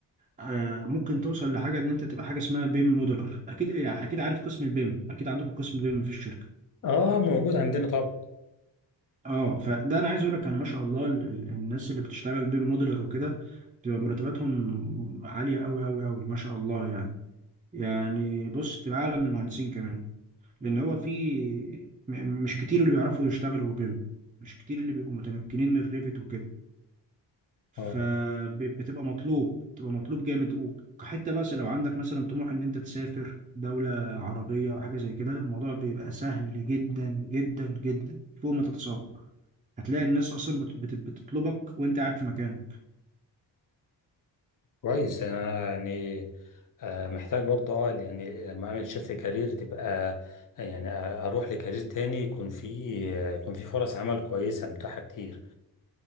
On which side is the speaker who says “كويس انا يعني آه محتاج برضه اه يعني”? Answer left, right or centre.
Left